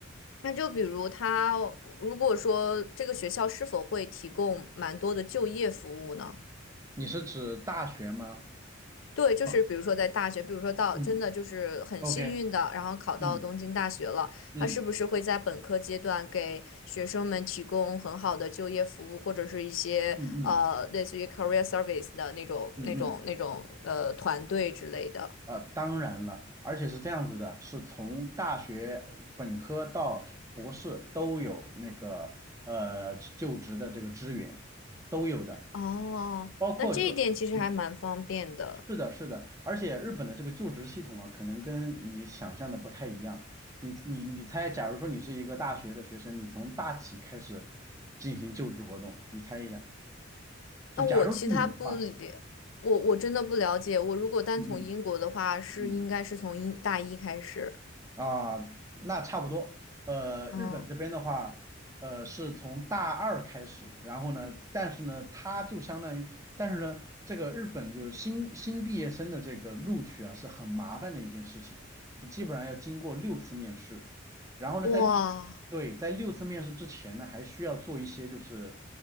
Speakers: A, on the left (about 75°); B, on the right (about 15°).
A: 那就比如他如果说这个学校是否会提供蛮多的就业服务呢？
B: 你是指大学吗？
A: 对，就是比如说在大学，
B: 啊，
A: 比如说到真的就是很幸运的，
B: 嗯，OK，
A: 然后考到东京大学了，
B: 嗯嗯
A: 他是不是会在本科阶段给学生们提供很好的就业服务，或者是一些呃类似于
B: 嗯嗯
A: career service 的那种那种那种呃团队之类的？
B: 嗯嗯嗯。呃，当然了，而且是这样子的，是从大学本科到博士都有那个呃就职的这个资源，都有的，
A: 哦，
B: 包括就嗯，
A: 那这一点其实还蛮方便的。
B: 是的，是的，而且日本的这个就职系统啊，可能跟你想象的不太一样。你你你猜，假如说你是一个大学的学生，你从大几开始进行就职活动？你猜一下，就假如是你的话，
A: 那我其他不了，我我真的不了解。我如果单从英国的话，
B: 嗯嗯
A: 是应该是从英大一开始。
B: 嗯啊，那差不多。呃，日本这边的话，
A: 嗯，
B: 呃，是从大二开始，然后呢，但是呢，它就相当于，但是呢，这个日本就是新新毕业生的这个录取啊，是很麻烦的一件事情，就基本上要经过六次面试，然后呢，
A: 哇，
B: 在六，对，在六次面试之前呢，还需要做一些就是，